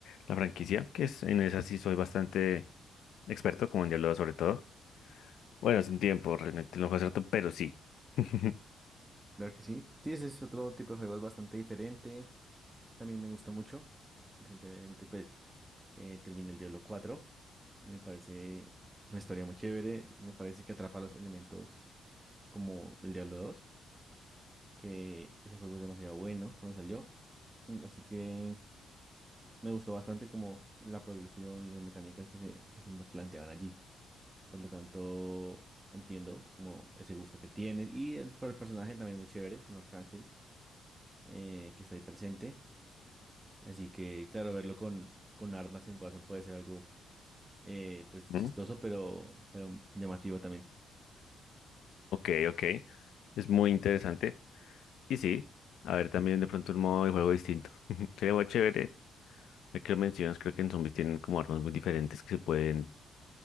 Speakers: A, on the left; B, on the right.
A: la franquicia, que es en esa sí soy bastante experto, como en Diablo sobre todo. Bueno, sin tiempo, realmente no fue cierto, pero sí. <laughs>
B: Claro que sí. Sí, ese es otro tipo de juego, es bastante diferente. También me gusta mucho. Recientemente, pues, Eh, terminé el Diablo cuatro. y Me parece una historia muy chévere. Me parece que atrapa los elementos como del Diablo dos, que ese juego es demasiado bueno cuando salió. Mm, Así que me gustó bastante como la progresión y las mecánicas que se, que se me planteaban allí. Por lo tanto, entiendo como ese gusto que tienes. Y el, para el personaje también muy chévere, es un arcángel eh, que está ahí presente. Así que, claro, verlo con, con armas en Warzone puede ser algo Eh, pues
A: Mm,
B: chistoso, pero, pero llamativo también.
A: Ok, ok. Es muy interesante. Y sí, a ver también de pronto un modo de juego distinto. <laughs> Sería muy chévere. Ya que lo mencionas, creo que en zombies tienen como armas muy diferentes que se pueden